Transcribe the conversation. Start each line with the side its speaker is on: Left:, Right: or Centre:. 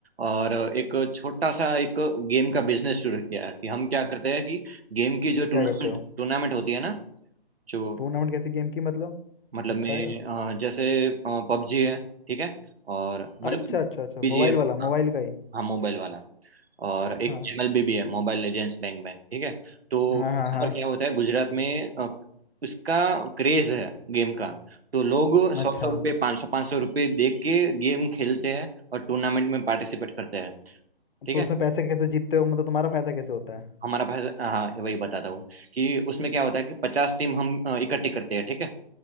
Right: और एक छोटा सा एक गेम का बिजनेस शुरू किया है कि हम क्या करते हैं कि गेम की
Left: हम्म।
Right: जो टूर्नामेंट
Left: क्या करते हो
Right: टूर्नामेंट होती है ना जो
Left: टूर्नामेंट कैसी गेम की मतलब
Right: मतलब
Left: बताएगा
Right: में अ, जैसे पबजी है ठीक है और मतलब
Left: अच्छा अच्छा अच्छा
Right: बीजीए
Left: मोबाइल वाला
Right: हाँ
Left: मोबाइल का ही
Right: हाँ मोबाइल वाला और एक
Left: हाँ
Right: एमएलबी L B Mobile Legends Bang Bang ठीक है तो
Left: हाँ हाँ
Right: यहाँ
Left: हाँ
Right: पर क्या होता है गुजरात में अ, उसका क्रेज है गेम का तो लोग सौ
Left: अच्छा
Right: सौ रुपये पाँच सौ पाँच सौ रुपये दे के गेम खेलते हैं और टूर्नामेंट में पार्टिसिपेट करते हैं ठीक
Left: तो
Right: है
Left: उसमें पैसे कैसे जीतते हो मतलब तुम्हारा फायदा कैसे होता है
Right: हमारा पास हाँ वही बताता हूँ कि उसमें क्या होता है कि पचास टीम हम अ, इकट्ठी करते हैं ठीक है